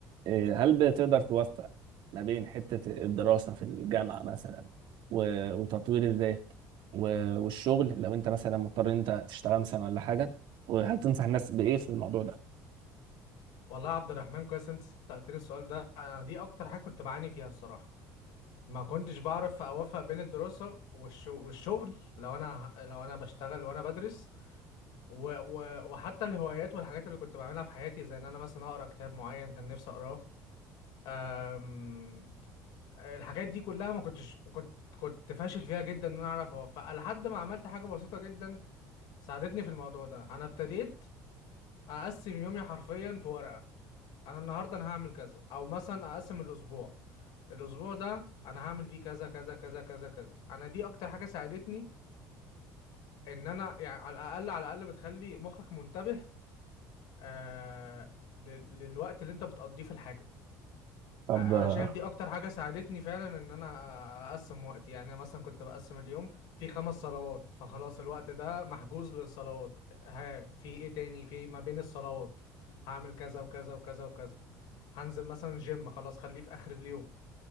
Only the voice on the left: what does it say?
والله يا عبد الرحمن كويس انت سألتني السؤال ده انا دي اكتر حاجة كنت بعاني فيها الصراحة ما كنتش بعرف اوفق بين الدراسة والش- والشغل لو انا لو انا بشتغل وانا بدرس و... و... وحتى الهوايات والحاجات اللي كنت بعملها في حياتي زي ان انا مثلا اقرا كتاب معين كان نفسي اقراه أم... الحاجات دي كلها ما كنتش كنت كنت فاشل فيها جدا ان انا اعرف اوفقها لحد ما عملت حاجة بسيطة جدا ساعدتني في الموضوع ده انا ابتديت اقسم يومي حرفيا في ورقة انا النهارده انا هعمل كذا او مثلا اقسم الاسبوع الاسبوع ده انا هعمل فيه كذا كذا كذا كذا كذا انا دي اكتر حاجه ساعدتني ان انا يعني على الاقل على الاقل بتخلي مخك منتبه آه لل- للوقت اللي انت بتقضيه في الحاجه
ع-
انا شايف دي اكتر حاجه ساعدتني فعلا ان انا اقسم وقتي يعني انا مثلا كنت بقسم اليوم في خمس صلوات فخلاص الوقت ده محجوز للصلوات ها في ايه تاني في ما بين الصلوات هعمل كذا وكذا وكذا وكذا هنزل مثلا جيم خلاص خليه في اخر اليوم